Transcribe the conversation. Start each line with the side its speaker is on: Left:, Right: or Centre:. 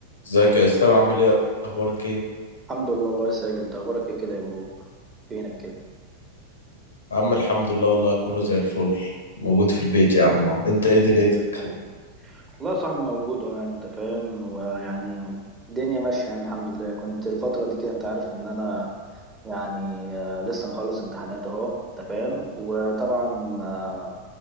Left: ازيك يا اسلام عامل ايه اخبارك ايه
Right: الحمد لله الله يا ساجد انت اخبارك ايه كده يا برو فينك كده
Left: يا عم الحمد لله والله كله زي الفل موجود في البيت يا عم اهو. انت ايه دنيتك
Right: حبيبي والله يا صاحبي موجود اه يعني انت فاهم ويعني الدنيا ماشيه يعني الحمد لله كنت الفتره دي كده انت عارف ان انا يعني آه، لسه مخلص امتحانات اهو انت فاهم وطبعا آه،